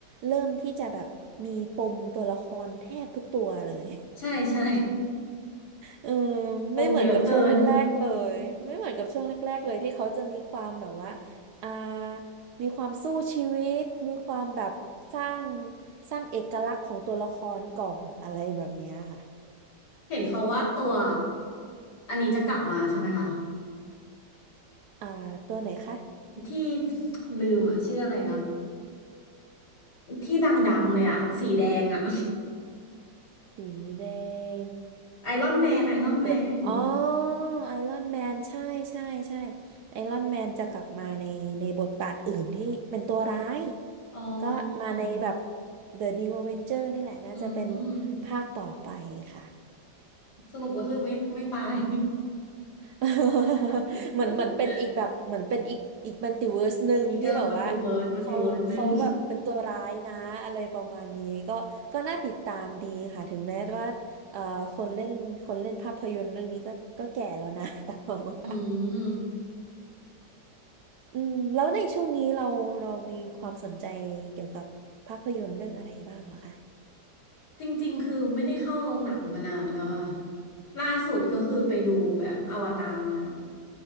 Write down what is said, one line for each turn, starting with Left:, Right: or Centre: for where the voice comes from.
Right: เริ่มที่จะแบบมีปมตัวละครแทบทุกตัวเลย
Left: ใช่ใช่
Right: เออ
Left: <laughs> ปมเยอะเกิน
Right: ไม่เหมือนกับช่วงแรกๆเลยไม่เหมือนกับช่วงแรกๆเลยที่เขาจะมีความแบบว่าอ่ามีความสู้ชีวิตมีความแบบสร้างสร้างเอกลักษณ์ของตัวละครก่อนอะไรแบบเนี้ยค่ะ
Left: เห็นเขาว่าตัวอันนี้จะกลับมาใช่ไหมคะ
Right: อ่าตัวไหนคะ
Left: ที่ลืมอ่ะชื่ออะไรนะที่ดังๆเลยอ่ะสีแดงอ่ะ
Right: สีแดง
Left: ไอรอนแมนไอรอนแมน
Right: เดอะอ๋อไอรอนแมนใช่ใช่ใช่ไอรอนแมนจะกลับมาในในบทบาทอื่นที่เป็นตัวร้าย
Left: อ๋อ
Right: ก็มาในแบบ The New Avenger นี่แหละน่าจะเป็น
Left: อืม
Right: ภาคต่อไปค่ะ
Left: สรุปก็คือไม่ไม่ตาย
Right: <laughs>
Left: <laughs>
Right: เหมือนเหมือนเป็นอีกแบบเหมือนเป็นอีกอีกมัลติเวิร์สหนึ่งที่แบบว่า
Left: เออมันติเวิร์ดมันติเวิร์ดหนึ่ง
Right: เขาเขาแบบเป็นตัวร้ายนะอะไรประมาณนี้ก็ก็น่าติดตามดีค่ะถึงแม้ว่าเอ่อคนเล่นคนเล่นภาพยนตร์เรื่องนี้ก็ก็แก่แล้วนะ <laughs> แต่ผมว่า
Left: อืม
Right: อืมแล้วในช่วงนี้เราเรามีความสนใจเกี่ยวกับภาพยนตร์เรื่องอะไรบ้างเหรอคะ
Left: จริงๆคือไม่ได้เข้าโรงหนังมานานแล้วค่ะล่าสุดก็คือไปดูแบบอวตารมา